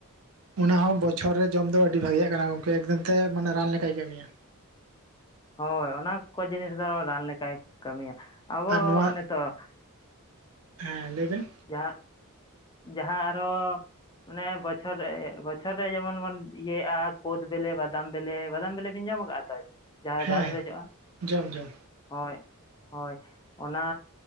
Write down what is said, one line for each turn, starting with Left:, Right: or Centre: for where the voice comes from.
Right: ᱚᱱᱟ ᱦᱚᱸ ᱵᱚᱪᱷᱚᱨ ᱨᱮ ᱡᱚᱢ ᱫᱚ ᱟᱹᱰᱤ ᱵᱷᱟᱜᱤᱭᱟᱜ ᱠᱟᱱᱟ ᱜᱚᱝᱠᱮ ᱮᱠᱫᱚᱢ ᱛᱮ ᱢᱟᱱᱮ ᱨᱟᱱ ᱞᱮᱠᱟᱭ ᱠᱟᱹᱢᱤᱭᱟ
Left: ᱦᱳᱭ ᱚᱱᱟ ᱠᱚ ᱡᱤᱱᱤᱥ ᱫᱚ ᱨᱟᱱ ᱞᱮᱠᱟᱭ ᱠᱟᱹᱢᱤᱭᱟ ᱟᱵᱚ
Right: ᱟᱨ ᱱᱚᱣᱟ
Left: ᱱᱤᱛᱚᱜ
Right: ᱦᱮᱸ ᱞᱟᱹᱭᱵᱮᱱ
Left: ᱡᱟᱦᱟᱸ ᱡᱟᱦᱟᱸ ᱟᱨᱚ ᱚᱱᱮ ᱵᱚᱪᱷᱚᱨ ᱨᱮ ᱵᱚᱪᱷᱚᱨ ᱨᱮ ᱡᱮᱢᱚᱱ ᱵᱚᱱ ᱤᱭᱟᱹᱭᱮᱫᱼᱟ ᱠᱳᱫᱽ ᱵᱮᱞᱮ ᱵᱟᱫᱟᱢ ᱵᱮᱞᱮ ᱾ ᱵᱟᱫᱟᱢ ᱵᱮᱞᱮ ᱵᱤᱱ ᱡᱚᱢ ᱟᱠᱟᱫᱼᱟ? ᱡᱟᱦᱟᱸ
Right: ᱦᱮᱸ
Left: ᱫᱟᱨᱮ ᱨᱮ ᱡᱚᱜᱼᱟ
Right: ᱡᱚᱢ ᱡᱚᱢ
Left: ᱦᱳᱭ ᱦᱳᱭ ᱚᱱᱟ